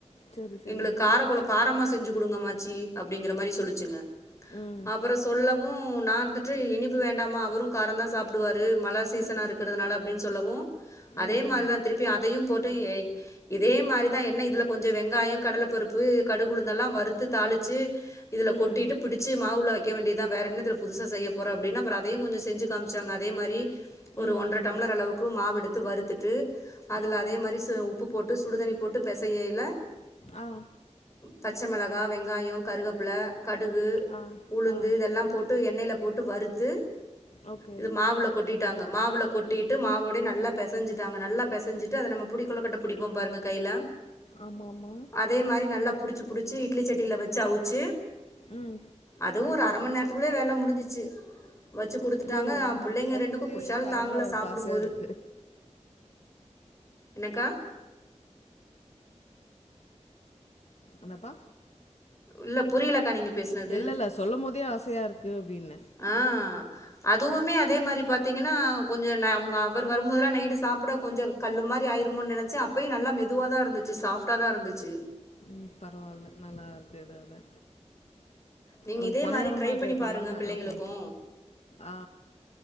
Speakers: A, on the left; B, on the left.
A: சரி சரி
B: எங்களுக்கு காரகொழ காரமா செஞ்சு குடுங்க அம்மாச்சி அப்டிங்கிற மாரி சொல்லுச்சுங்க
A: ம்
B: அப்பறோ சொல்லவு நா இருந்துட்டு இனிப்பு வேண்டாமா அவரு காரோந்தா சாப்பிடுவாரு மழை சீசனா இருக்கிறதுனால அப்டின்னு சொல்லவு அதே
A: ம்
B: மாறிதா திருப்பி அதையு போட்டு ஏய் இதே மாறிதா என்ன இதுல கொஞ்சு வெங்காயோ கடல பருப்பு கடுகு உளுந்தெல்லா வறுத்து தாளிச்சு இதுல
A: ம்
B: கொட்டிட்டு பிடிச் சி மாவு உள்ள வெக்க வேண்டியதா வேற என்னதுல புதுசா செய்ய போற அப்படின்னு அப்றோ அதையு கொஞ்சு செஞ்சு காமிச்சாங்க அதே மாறி ஒரு
A: ம்
B: ஒன்றரை டம்ளர் அளவுக்கு மாவு எடுத்து வறுத்துட்டு அதுல
A: ம் ஆ
B: அதே மாறி ச உப் ப்பு போட்டு சுடுதண்ணி போட்டு பெசையயில்ல
A: ஆ
B: பச்ச மெளகா வெங்காயோ கருகப்புல கடுகு
A: ஆ
B: உளுந்து
A: ஆ
B: இதெல்லா போட்டு எண்ணெயில போட்டு வறுத்து
A: ஓகே
B: இது மாவுள கொட்டிட்டாங்க மாவுல கொட்டிட்டு மாவோடயே நல்லா பெசஞ்சிட்டாங்க நல்லா பெசஞ்சிட்டு அதை நம்ம புடிக்கொள்ளக்கட்ட புடிப்போம் பாருங்க கையில
A: ஆமா ஆமா
B: அதே மாறி நல்லா புடிச்சி புடிச்சி இட்லி சட்டியில வச்சு அவுச்சு
A: உம்
B: அதுவு ஒரு அர மணி நேரத்துக்குள்ளயே வேல முடிஞ்சிச்சு வச்சு குடுத்துட்டாங்க
A: புரியுது ஆமா
B: புள்ளைங்க
A: சொல்லும்
B: ரெண்டுக்கு
A: போதே
B: குஷால்
A: க
B: தாங்கல
A: இதா இருக்கு
B: சாப்டும்
A: ஆசையா
B: போது
A: இருக்கு
B: என்னக்கா
A: என்னப்பா
B: இல்ல புரியலக்கா நீங்க பேசுனது.
A: இல்ல இல்ல சொல்லும் போதே ஆசையா இருக்கு அப்படின்ன
B: ஆ அதுவுமே அதே மாறி பாத்தீங்கன்னா கொஞ்சு ந அவங்க அவரு வரும்போதல்லா நைட்டு சாப்பிட கொஞ்சு கல்லு மாறி ஆயிருமோன்னு நெனச்சே அப்பயு நல்லா மெதுவாதா இருந்துச்சு சாப்டா தா இருந்துச்சு
A: ம் பரவால்ல நல்லா இருக்கு எதோ தா
B: நீங்க
A: நம்
B: இதே
A: பணையாரமா
B: மாரி பண்ணி
A: ட்ரை
B: பாருங்க
A: பண்ணாம
B: பிள்ளைங்களுக்கு.
A: ஓக்கே ஆ